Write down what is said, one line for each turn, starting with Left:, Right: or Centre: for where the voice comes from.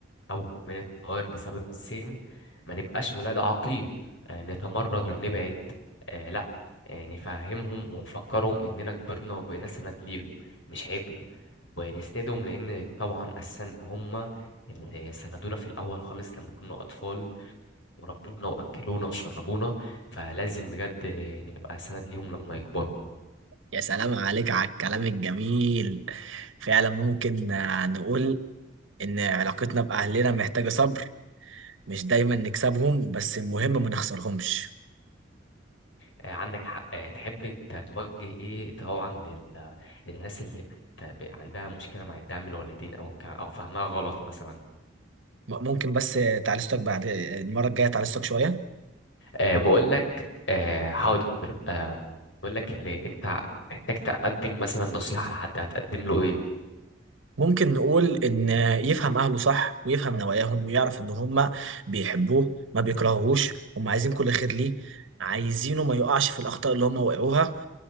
Left: أو من التغير بسبب السن ما نبقاش ولاد عاقين آه نتمرد ونبعد آه لا آه نفهمهم ونفكرهم إننا كبرنا وبقينا سند ليهم مش عيب ونسندهم لان طبعا اساسا هم اللي سندونا في الاول خالص لما كنا اطفال وربونا واكلونا وشربونا فلازم بجد نبقى سند ليهم لما يكبروا
Right: يا سلام عليك على الكلام الجميل فعلا ممكن آه، نقول إن علاقتنا بأهلنا محتاجة صبر مش دايما نكسبهم بس المهم ما نخسرهمش
Left: آه، عندك حق آه، تحب ت- توجه ايه طبعا لل... للناس اللي بت... ب- عندها مشكله مع الدعم الوالدين او ك... او فهمها غلط مثلا
Right: م- ممكن بس آه، تعالجتك بعد آه، المرة الجاية تعالجتك شوية
Left: أه بقول لك أه حاضر أه بقول لك اللي انت محتاج تقدم مثلا نصيحه لحد هتقدم له ايه
Right: ممكن نقول إن آه، يفهم أهله صح ويفهم نواياهم ويعرف إن هما بيحبوه ما بيكرهوهوش هما عايزين كل خير ليه عايزينه ما يقعش في الأخطاء اللي هما وقعوها